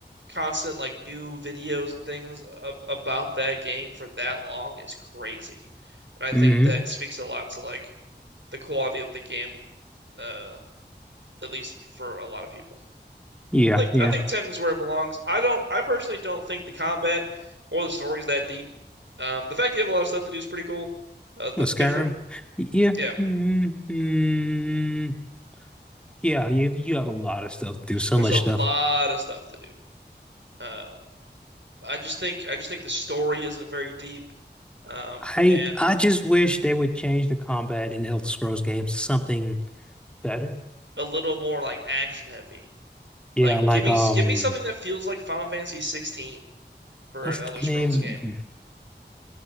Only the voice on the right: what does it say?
constant like new videos and things a about that game for that long is crazy. And I think
that speaks
a lot to like the quality of the game, uh, at least for a lot of people.
I think
I think 10 is where it belongs. I don't I personally don't think the combat or the story is that deep. Um, the fact you have a lot of stuff to do is pretty cool. Uh, the
different
yeah,
There's
a lot
of stuff to do. Uh, I just think I just think the story isn't very deep, um,
and
a little more like action heavy.
Like
give me
give me something that feels like Final Fantasy 16 for
an Elder
Scrolls
game.